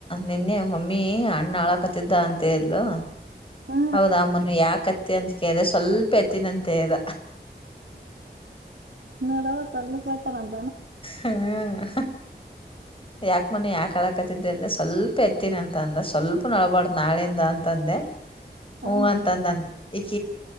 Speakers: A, on the left (about 30°); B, on the right (about 90°).
A: ನಿನ್ನೆ ಮಮ್ಮಿ ಅಣ್ಣ ಆಳಾಕತಿದ್ದ ಅಂತ ಹೇಳ್ಲು
B: ಹಾ
A: ಹೌದಮ್ಮನು ಯಾಕತ್ತ ಅಂತ ಕ್ರ ಸ್ವಲ್ಪ ಎತ್ತಿನಂತೆದ
B: ನೋಡವ ಸಲ್ಲ ಸೇಳ್ತಾನಂತ
A: ಹ್ಮ ಯಾಕ ಮನೆ ಯಾಕ ಕಳಕತ್ತಿದ್ದೆ ಅಂದೆ ಸ್ವಲ್ಪ ಎತ್ತಿನಿ ಅಂತಂದ್ರೆ ಸ್ವಲ್ಪ ನೋಳ್ಬಾರ್ದು ನಾಳಿಂದ ಅಂತಂದೆ
B: ಹಾ
A: ಹ್ಮ ಅಂತ ನಾನ ಈಕ